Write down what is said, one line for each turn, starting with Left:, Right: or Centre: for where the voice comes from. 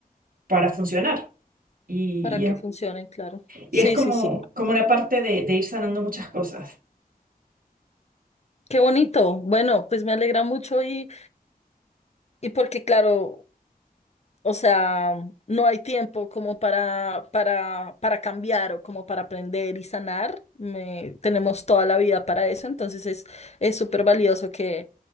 Right: para funcionar, y,
Left: para
Right: y
Left: que
Right: es,
Left: funcionen, claro.
Right: y
Left: Sí,
Right: es como,
Left: sí, sí.
Right: como una parte de, de ir sanando muchas cosas.
Left: Qué bonito. Bueno, pues me alegra mucho y, y porque, claro, O sea, no hay tiempo como para, para, para cambiar o como para aprender y sanar. Me- tenemos toda la vida para eso, entonces es, es súper valioso que,